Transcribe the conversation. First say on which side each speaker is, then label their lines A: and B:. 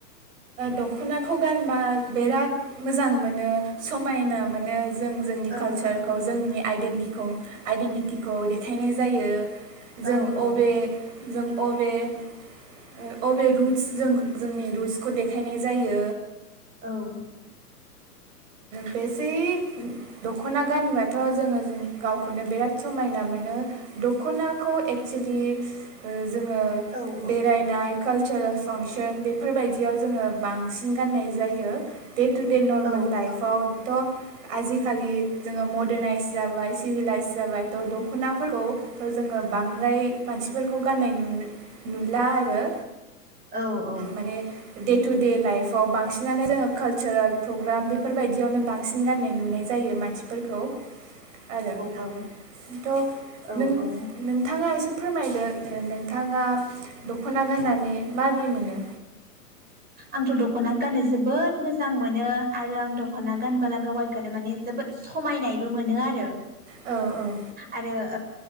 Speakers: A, on the right (about 50°); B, on the right (about 20°).
A: दख'नाखौ गानबा बिराद मोजां मोनो समायना मोनो। जों जोंनि
B: औ
A: कालचारखौ
B: औ
A: जोंनि आइडेन्टिखौ आइडेन्टिटिखौ देखायनाय जायो। जों
B: औ
A: बबे
B: औ औ
A: जों बबे ओ अबे रुटस जों जोंनि रुस खौ देखायनाय जायो।
B: औ
A: बेसै दख'ना गानबाथ' जोङो गावखौनो बिराद समायना मोनो दख'नाखौ एक्सुलि जोङो
B: औ
A: बेरायनाय
B: औ
A: कालार थारा फांसन बेफोरबायदि बिदियाव जोङो बांसिन गाननाय जायो। दे टु दे नर्मेल
B: औ
A: लाइफआव थ' आजिखालि जोङो मदारनायइस जाबाय सिभिलाइस जाबाय थ' दख'नाफोरखौ जोङो बांद्राय मानसिफोरखौ गाननाय नुला आरो।
B: औ औ
A: माने दे टु दे लाइफआव बांसिनानो जोङो कालसारेल प्रग्राम बेफोरबायदियावनो बांसिन गाननाय नुनाय जायो मानसिफोरखौ आरो
B: औ
A: थ'
B: औ
A: नों
B: औ
A: नोंथाङा एसे फोरमायदो ओ नोंथाङा दख'ना गाननानै माबोरै मोनो।
B: आंथ' दख'ना गाननो जोबोद मोजां मोनो आरो आं दख'ना गानबोला गावाइखौनो माने जोबोद समायनायबो मोनो आरो
A: औ औ
B: आरो ओ